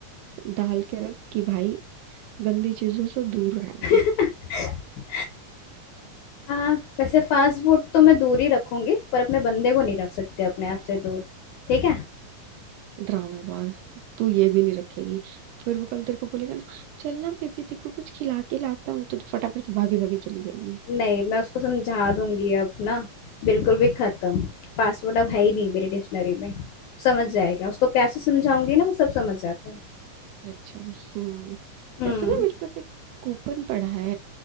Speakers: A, on the right; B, on the left.
A: डाल के रख कि भाई गंदी चीजों से दूर रहना
B: <laughs>
A: है
B: हाँ वैसे फास्ट फूड तो मैं दूर ही रखूंगी पर अपने बंदे को नहीं रख सकती अपने आप से दूर ठीक है
A: ड्रामेबाज तू ये भी नहीं रखेगी फिर वो कल तेरे को बोलेगा ना चल ना बेबी देखो कुछ खिला के लाता हूँ तो, तो फटाफट से भागी भागी चली जाएगी
B: नहीं मैं उसको समझा दूंगी अब ना बिल्कुल भी खत्म पासवर्ड अब है ही नहीं मेरी डिक्शनरी में समझ जाएगा उसको प्यार से समझाऊंगी ना वो सब समझ जाता है
A: अच्छा हम्म
B: हम्म
A: वैसे ना मेरे पास एक कूपन पड़ा है